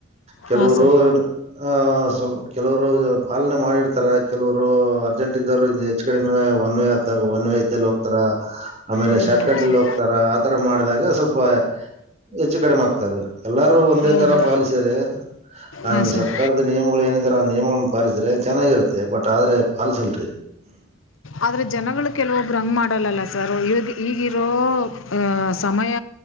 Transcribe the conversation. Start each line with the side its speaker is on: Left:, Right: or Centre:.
Right: ಕೆಲವರು
Left: ಹಾಂ ಸರ್
Right: ಅ ಸ್ವ ಕೆಲವರು ಪಾಲನೆ ಮಾಡಿರ್ತಾರ ಕೆಲವರು ಅರ್ಜೆಂಟ್ ಇದ್ದರು ಹೆಚ್ ಕಡಿಮೆ ಒನ್ ವೇ ಆದಾಗ ಒನ್ ವೇ ಇದ್ದಲ್ಲಿ ಹೋಗ್ತಾರ. ಆಮೇಲೆ
Left: ಹೌದೌದು
Right: ಶಾರ್ಟ್ ಕಟ್ಲ್ಲಿ
Left: ಸರ್
Right: ಹೋಗ್ತಾರ ಆತರ ಮಾಡಿದಾಗ ಸ್ವಲ್ಪ ಹೆಚ್ಚು ಕಡಿಮೆ ಆಗ್ತಾರ ಎಲ್ಲಾರೂ ಒಂದೇ
Left: ಹೌದು
Right: ತರ ಪಾಲಿಸ್ರ ಅ
Left: ಹಾಂ ಸರ್
Right: ಸರ್ಕಾರದ ನಿಯಮಗಳು ಏನಿದಾರ. ನಿಯಮನ್ನ ಪಾಲಿಸ್ರೆ ಚೆನ್ನಾಗಿರುತ್ತೆ ಬಟ್ ಆದ್ರೆ ಪಲ್ಸಲ್ರಿ
Left: ಆದ್ರೆ ಜನಗಳು ಕೆಲವೊಬ್ರು ಹಂಗ ಮಾಡಲ್ಲಲ್ಲ ಸರ್ ಈ ಈಗಿರೋ ಅ ಸಮಯ ಸಮಯ